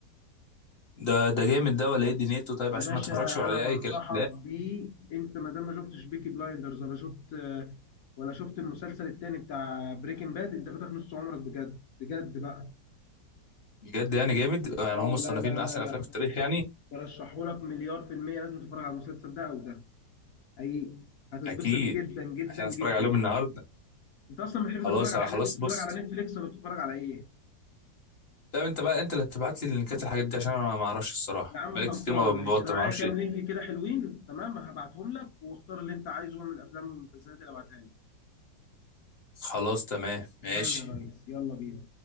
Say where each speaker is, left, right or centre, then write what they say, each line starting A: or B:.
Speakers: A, on the left; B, on the left.
A: ده ده جامد ده ولا ايه دنيته طيب
B: يا
A: عشان
B: باشا
A: ما اتفرجش ولا
B: انا بنصحك
A: اي كلام في الآخر.
B: بيه انت ما دام ما شفتش بيكي بلايندرز ولا شفت ولا شفت المسلسل التاني بتاع بريكنج باد انت فاتك نص عمرك بجد بجد بقى
A: بجد يعني جامد يعني
B: اه
A: هم مصنفين
B: لا لا
A: من احسن
B: لا لا
A: الافلام في التاريخ يعني
B: برشحه لك مليار في المية لازم تتفرج على المسلسل ده او ده حقيقي هتتبسط
A: اكيد
B: جدا جدا
A: عشان
B: جدا
A: اتفرج عليهم
B: يعني
A: النهارده
B: انت اصلا بتحب
A: خلاص
B: تتفرج على
A: خلاص
B: الحاجات دي بتتفرج
A: بص
B: على نتفليكس ولا بتتفرج على ايه
A: لا انت بقى انت اللي هتبعت لي اللينكات الحاجات دي عشان انا ما اعرفش الصراحه
B: يا عم
A: بقالي
B: خلصانه
A: كتير ما
B: ماشي
A: ببطل
B: انا معايا
A: ما اعرفش
B: كام لينك كده حلوين تمام هبعتهم لك واختار اللي انت عايزه من الافلام والمسلسلات اللي هبعتها لك
A: خلاص تمام ماشي
B: تمام يا ريس يلا بينا